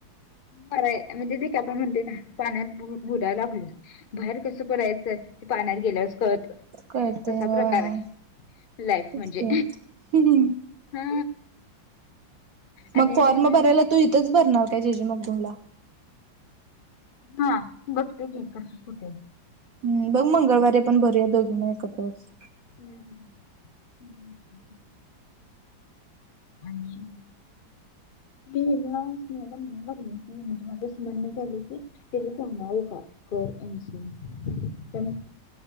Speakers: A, on the left; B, on the right.
A: बरय. म्हणजे ते काय आपण म्हणते ना पाण्यात बुड बुडाला- हम्म. बाहेर कसं पडायचं? ते पाण्यात गेल्यावरच कळत
B: कळतय
A: तसा
B: होय
A: प्रकार आहे. लाईफ
B: तेच
A: म्हणजे.
B: की
A: हा.
B: मग
A: आणि
B: फॉर्म
A: मेन म्हणजे
B: भरायला तू इथंच भरणार काय? जे जे मगदुम ला?
A: हा. बघते की कसं? कुठे?
B: हम्. बघ मंगळवारी आपण भरूया दोघी म एकत्रच.
A: हम् हम् हम. आणि- <unintelligible> म्हणायला लागलं की म्हणजे माझ असं म्हणणं झालंय की- तीले फोन लावू का? कर <unintelligible>